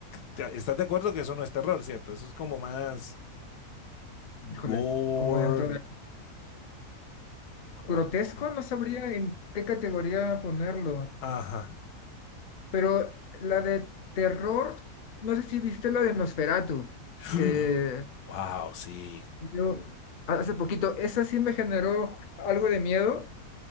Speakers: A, on the left (about 90°); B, on the left (about 60°).
A: te- estás de acuerdo que eso no es terror, ¿cierto? Eso es como más
B: Híjole,
A: gore,
B: como dentro de
A: como
B: grotesco,
A: algo así.
B: no sabría en qué categoría ponerlo,
A: Ajá.
B: pero la de terror, no sé si viste la de Nosferatu,
A: <gasps>
B: que
A: Wow, sí.
B: yo hace poquito, esa sí me generó algo de miedo,